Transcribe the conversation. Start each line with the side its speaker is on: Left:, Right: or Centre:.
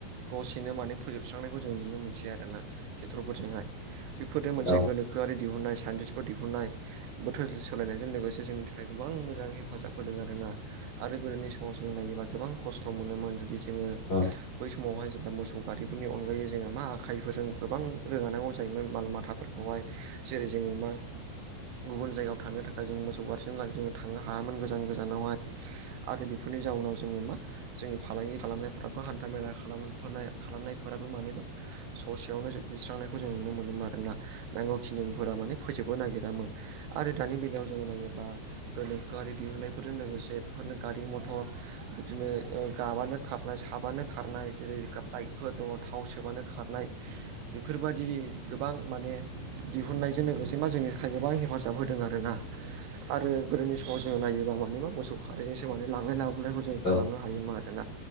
Right: दसेनो माने फोजोबस्रांनायखौ जों नुनो मोनसै आरो ना। फिट्रफोरजोंहाय बेफोरजों मोनसे
Left: औ उम
Right: गोनोखोआरि दिहुननाय साइन्टिस्टफोर दिहुननाय बोथोर सोलायनायजों लोगोसे जोंनि थाखाय गोबां मोजां हेफाजाब होदों आरोना आरो गोदोनि समाव जों नायोबा गोबां खस्थ' मोनोमोन जुदि जों जोङो
Left: औ औ
Right: बै समावहाय जेब्ला मोसौ गारिफोरनि अनगायै जोङो मा आखाइफोरजों गोबां रोगानांगौ जायोमोन माल माथाफोरखौहाय जेरै जोङो मा गुबुन जायगायाव थांनो थाखाय जों मोसौ बारसिनो थांनो हायामोन गोजान गोजानावहाय आरो बेफोरनि जाउनाव जोङो मा? जोंनि फालांगि खालामनायफ्राबो हान्था मेला खालाम खालामनायफोराबो माने मा ससेयावनो होस्रांनायखौ जों नुनो मोनोमोन आरोना नांगौ खिनिफोरा माने फोजोबबो नागिरामोन आरो दानि बेलायाव जोङो नायोबा गोनोखोआरि दिहुनायफोरजों लोगोसे बेफोरनो गारि मथर बिदिनो ओ गाबानो खारनाय साबानो खारनाय जेरै गाब बाइकफोर दङ थाव सोबानो खारनाय बेफोरबायदि गोबां माने दिहुननायजों लोगोसे मा जोंनि थाखाय गोबां हेफाजाब होदों आरोना आरो गोदोनि समाव जोङो नायोबा मानिबा मोसौ गारिजोंसो माने लांलाय लाबोलायखौ जों खालामनो
Left: औ
Right: हायो। हायोमोन आरोना